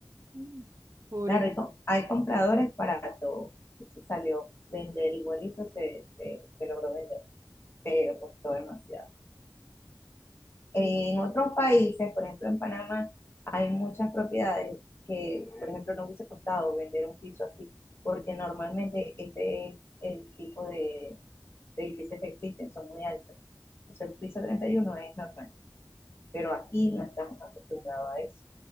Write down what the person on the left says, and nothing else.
Claro,
hay, com- hay compradores para todo. Y Se salió vender igualito, se, se, se logró vender, pero costó demasiado.
En otros países, por ejemplo en Panamá, hay muchas propiedades que, por ejemplo, no hubiese costado vender un piso así, porque normalmente ese es el tipo de, de edificios que existen, son muy altos. Entonces el piso 31 es normal, pero aquí no estamos acostumbrados a eso.